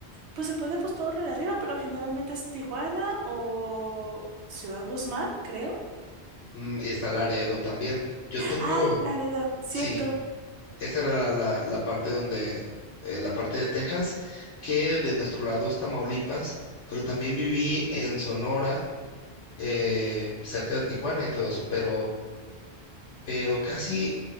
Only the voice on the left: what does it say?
Mm, y está Laredo también. Yo tengo,
sí, esa era la, la- la parte donde, en la parte de Texas, que de nuestro lado es Tamaulipas, pero también viví en Sonora eh, cerca de Tijuana y todo eso, pero, pero casi,